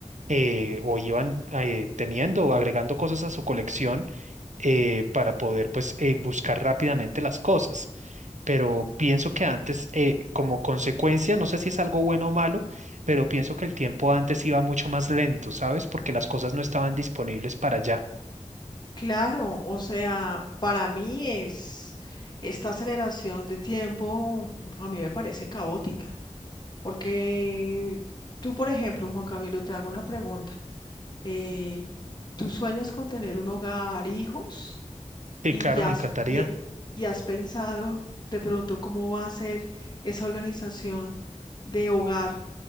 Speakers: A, on the right; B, on the left.
A: eh, o iban eh, teniendo, o agregando cosas a su colección eh, para poder pues eh, buscar rápidamente las cosas. Pero pienso que antes, eh, como consecuencia, no sé si es algo bueno o malo, pero pienso que el tiempo antes iba mucho más lento, ¿sabes? Porque las cosas no estaban disponibles para allá.
B: Claro, o sea, para mí es esta aceleración de tiempo, a mí me parece caótica. Porque tú, por ejemplo, Juan Camilo, te hago una pregunta. eh, ¿tú sueñas con tener un hogar, hijos?
A: Sí,
B: ¿Y
A: claro,
B: ya
A: me
B: has,
A: encantaría.
B: y, y has pensado de pronto cómo va a ser esa organización de hogar,